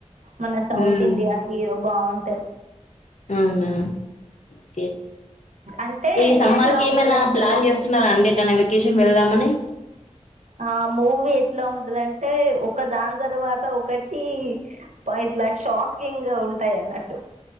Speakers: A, on the right (about 80°); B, on the left (about 75°).
A: మన సౌత్
B: ఉమ్
A: ఇండియా హీరో బాగుంటది
B: అవునా ఓకే
A: అంటే
B: ఈ సమ్మర్
A: ఎట్లా
B: కి ఏమైనా
A: ఉంటుందంటే
B: ప్లాన్ చేస్తున్నార అండి ఎటన్న వెకేషన్ వెళ్దామ నీ
A: ఆ మూవీ ఎట్లా ఉంటదంటే ఒక దాని తర్వాత ఒకటి ఇట్లా షాకింగ్ గా ఉంటాయి అన్నట్టు